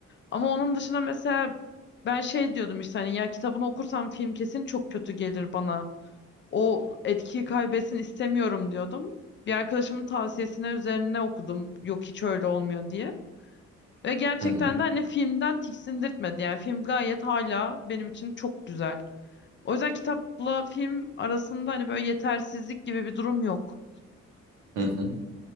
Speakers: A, on the left; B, on the right.
A: Ama onun dışında mesela ben şey diyordum işte hani ya kitabını okursam film kesin çok kötü gelir bana. O etkiyi kaybetsin istemiyorum diyordum. Bir arkadaşımın tavsiyesine üzerine okudum. Yok hiç öyle olmuyor diye. Ve gerçekten
B: Hı hı.
A: de hani filmden tiksindirtmedi. Yani film gayet hala benim için çok güzel. O yüzden kitapla film arasında hani böyle yetersizlik gibi bir durum yok.
B: Hı hı.